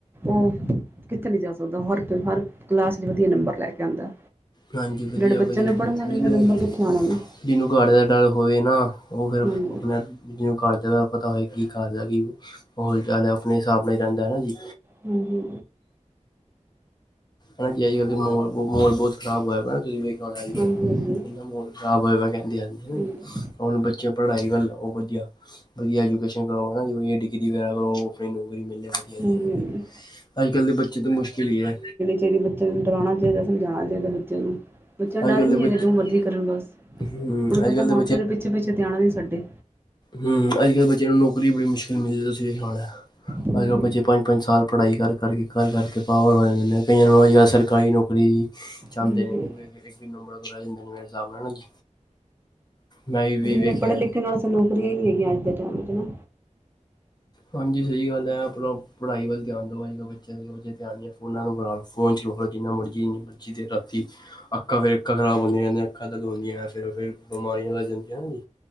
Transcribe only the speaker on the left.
ਹਾਂਜੀ ਵਧੀਆ
ਵਧੀਆ
ਜਿਹਨੂੰ
ਜਿਹਨੂੰ ਘਰ ਦਾ ਡਰ ਹੋਵੇ ਨਾ ਉਹ ਫਿਰ ਆਪਣੇ
ਜਿਹਨੂੰ ਕਰਦਾ ਦਾ ਪਤਾ ਹੋਏ ਕੀ ਕਰਦਾ ਕੀ ਮਾਹੌਲ ਚ ਆਨਾ ਆਪਣੇ ਹਿਸਾਬ ਨਾਲ ਹੀ ਰਹਿੰਦਾ ਹੈ ਨਾ ਜੀ।
ਹਨਾ ਜੀ ਅੱਜ ਕੱਲ ਮਲ ਮਾਹਲ ਬਹੁਤ ਖਰਾਬ ਹੋਇਆ ਤੁਸੀ ਵੇਖੀਆ ਹੋਣਾ <unintelligible>
ਇਨ੍ਹਾਂ ਮੋਲ ਖਰਾਬ ਹੋਇ ਵ ਕਹਿੰਦੀ ਹਦ ਨੀ ਹਨਾ ਜੀ।
ਹੁਣ ਬੱਚੇ ਪੜ੍ਹਾਈ ਵਲ ਓ ਵਧੀਆ, ਵਧੀਆ ਐਜੂਕੇਸ਼ਨ ਕਰਵਾਓ ਹਨਾ ਜੀ ਵਧੀਆ ਡਿ <unintelligible> ਫੇਰ ਨੌਕਰੀ ਮਿਲੇ ਵਦੀਆ
ਜੀ ਹਨਾ ਬਈ,
ਅੱਜ - ਕੱਲ ਦੇ ਬੱਚੇ ਤੇ ਮੁਸ਼ਕਿਲ ਈ ਐ।
ਅੱਜ
ਕੱਲ੍ਹ
ਦੇ ਬੱਚੇ
ਹੂੰ
ਅੱਜ ਕੱਲ੍ਹ
ਦੇ
ਹਮ ਅੱਜ ਕੱਲ੍ਹ ਬੱਚੇ ਨੂੰ ਨੌਕਰੀ ਬੜੀ ਮੁਸ਼ਕਿਲ ਮਿਲਦੀ ਹੈ ਤੁਸੀ ਇਹੀ ਹਾਲ ਹੈ
ਅੱਜ ਕੱਲ ਬੱਚੇ ਪੰਜ ਪੰਜ ਸਾਲ ਪੜ੍ਹਾਈ ਕਰ ਕਰਕੇ, ਕਰ ਕਰਕੇ ਪਾਗਲ ਹੋ ਦੇ ਨੇ ਕਈਆਂ ਨੂੰ ਅੱਲ ਸਰਕਾਰੀ ਨੌਕਰੀ ਚਾਹੁੰਦੇ
ਨੇ ਉਹ ਵੀ ਇੱਕ-ਇੱਕ ਨੰਬਰਾਂ ਤੋਂ ਰਹਿ ਜਾਂਦੇ ਨੇ ਮੇਰੇ ਹਿਸਾਬ ਨਾਲ ਹਨਾ ਜੀ। ਮੈਂ ਵੀ
ਵੇਖਿਆ
ਹਾਂਜੀ ਸਹੀ ਗੱਲ ਹੈ ਆਪਣਾ ਪੜ੍ਹਾਈ ਵੱਲ ਧਿਆਨ ਦਵੋ ਅੱਜ ਕੱਲ ਬੱਚੇ ਇਹੋ ਜਿਹੇ ਧਿਆਨ ਨੀ ਹੈ ਫੋਨਾਂ ਨੂੰ ਬਲਾਉ ਫੋਨ ਚਲਾਵਾ ਜਿੰਨਾ ਮਰਜ਼ੀ ਜਨੀ ਮਰਜ਼ੀ ਦੇ ਰਾਤੀ। ਅੱਖਾ ਫੇਰ ਅੱਖਾ ਖਰਾਬ ਹੁੰਦੀਆ ਜਾਂਦੀਆ ਅੱਖਾ ਦਰਦ ਹੁੰਦੀਆਂ ਫਿਰ, ਫਿਰ ਬਿਮਾਰੀਆਂ ਲੱਗ ਜਾਂਦੀਆ ਹਨਾ ਜੀ।